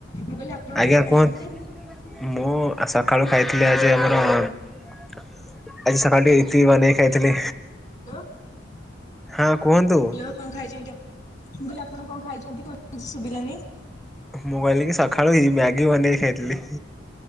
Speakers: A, on the left; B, in the centre.
A: ମୁଁ କହିଲି ଆପଣ
B: ଆଜ୍ଞା
A: କଣ ଖାଇଛନ୍ତି?
B: କୁହନ୍ତୁ ମୁଁ ଆ ସକାଳୁ ଖାଇଥିଲି ଆଜି ଆଜି ସକାଳୁ ଟିକେ ଇପି ବନେଇ ଖାଇଥିଲି।
A: ହ୍ୟାଲୋ
B: ହଁ କୁହନ୍ତୁ?
A: ହ୍ୟାଲୋ କଣ ଖାଇଛନ୍ତି ମୁଁ କହିଲି ଆପଣ କଣ ଖାଇଛନ୍ତି କି କିଛି ଶୁଭିଲାନି?
B: ମୁଁ କହିଲି କି ସକାଳୁ ଇ ମ୍ୟାଗି ବନେଇକି ଖାଇଥିଲି।